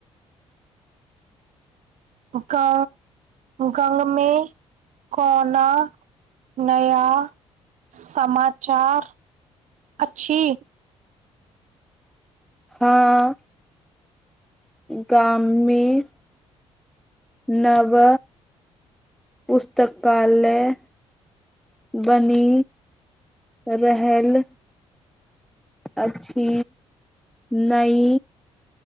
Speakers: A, on the right (about 55°); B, in the centre.
A: का गांव में‌ कोनो नया समा चार अछि
B: हाँ गाम में नव पुस्तकालय बनी रहल अछि नई